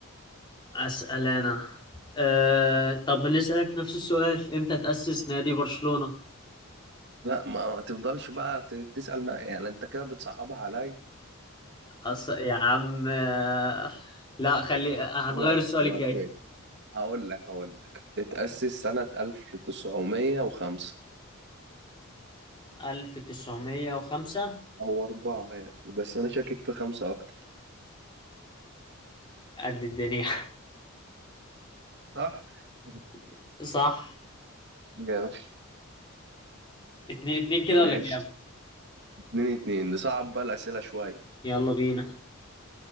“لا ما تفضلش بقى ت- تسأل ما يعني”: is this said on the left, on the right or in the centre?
Right